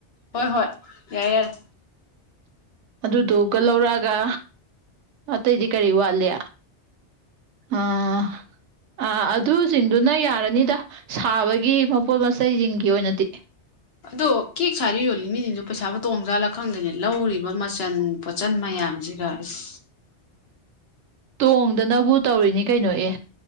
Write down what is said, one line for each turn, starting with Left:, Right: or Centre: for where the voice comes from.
Left: ꯍꯣꯏ ꯍꯣꯏ ꯌꯥꯔꯦ ꯌꯥꯔꯦ
Right: ꯑꯗꯨꯗꯨꯒ ꯂꯧꯔꯛꯑꯒ ꯑꯇꯩꯗꯤ ꯀꯔꯤ ꯋꯥꯠꯂꯤ ꯑꯥ ꯑꯥ ꯑꯗꯨꯖꯤꯡꯗꯨꯅ ꯌꯥꯔꯅꯤꯗ ꯁꯥꯕꯒꯤ ꯃꯄꯣꯠ ꯃꯆꯩꯖꯤꯡꯒꯤ ꯑꯣꯏꯅꯗꯤ
Left: ꯑꯗꯣ ꯀꯦꯛ ꯁꯥꯔꯤ ꯌꯣꯜꯂꯤ ꯃꯤꯖꯤꯡꯗꯨ ꯄꯩꯁꯥꯕꯨ ꯇꯣꯡꯖꯥꯠꯂ ꯈꯪꯗꯦꯅꯦ ꯂꯧꯔꯤꯕ ꯃꯆꯟ ꯄꯣꯠꯆꯟ ꯃꯌꯥꯝꯖꯤꯒ ꯏꯁ
Right: ꯇꯣꯡꯗꯅꯕꯨ ꯇꯧꯔꯤꯅꯤ ꯀꯩꯅꯣ ꯑꯦ